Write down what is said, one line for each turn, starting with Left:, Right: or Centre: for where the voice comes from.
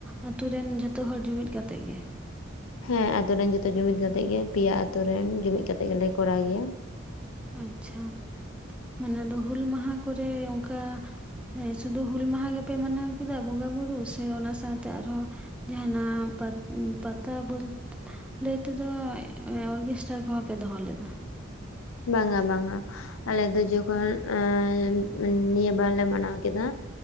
Centre: ᱟᱛᱩ ᱨᱮᱱ ᱡᱚᱛᱚ ᱦᱚᱲ ᱡᱩᱢᱤᱫ ᱠᱟᱛᱮᱜ ᱜᱮ᱾
Left: ᱦᱮᱸ ᱟᱛᱳ ᱨᱮᱱ ᱡᱚᱛᱚ ᱡᱩᱢᱤᱫ ᱠᱟᱛᱮᱜ ᱜᱮ, ᱯᱮᱭᱟ ᱟᱛᱳ ᱨᱮᱱ ᱡᱩᱢᱤᱫ ᱠᱟᱛᱮᱜ ᱜᱮᱞᱮ ᱠᱚᱨᱟᱣ ᱜᱮᱭᱟ᱾
Centre: ᱟᱪᱪᱷᱟ᱾ ᱢᱟᱱᱮ ᱫᱚ ᱦᱩᱞ ᱢᱟᱦᱟ ᱠᱚᱨᱮ ᱚᱝᱠᱟ ᱦᱮᱸ, ᱥᱩᱫᱷᱩ ᱦᱩᱞ ᱢᱟᱦᱟ ᱜᱮᱯᱮ ᱢᱟᱱᱟᱣ ᱠᱮᱫᱟ ᱵᱚᱸᱜᱟ ᱵᱩᱨᱩ ᱥᱮ ᱚᱱᱟ ᱥᱟᱶᱛᱮ ᱟᱨᱦᱚᱸ ᱡᱟᱦᱱᱟᱜ ᱯᱟᱛ, ᱯᱟᱛᱟ ᱵᱚᱞᱛᱮ ᱞᱟᱹᱭ ᱛᱮᱫᱚ, ᱮᱸ ᱚᱨᱜᱮᱥᱴᱟᱨ ᱠᱚᱦᱚᱸᱯᱮ ᱫᱚᱦᱚ ᱞᱮᱫᱟ᱾
Left: ᱵᱟᱝᱟ, ᱵᱟᱝᱟ᱾ ᱟᱞᱮ ᱫᱚ ᱡᱚᱠᱷᱚᱱ ᱟᱨ ᱮᱸ ᱱᱤᱭᱟᱹ ᱵᱟᱨ ᱞᱮ ᱢᱟᱱᱟᱣ ᱠᱮᱫᱟ᱾